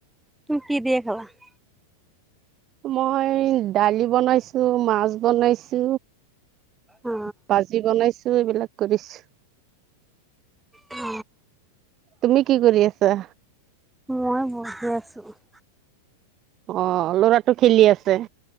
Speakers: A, in the centre; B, on the right.
A: তুমি কি দিয়ে খাবা <inaudible>
B: মই দালি বনাইছো মাছ বনাইছো
A: অ
B: ভাজি বনাইছো এইবিলাক কৰিছো <inaudible>
A: অ
B: তুমি কি কৰি আছা
A: মই বহি আছোঁ <inaudible>
B: অ লৰাটো খেলি আছে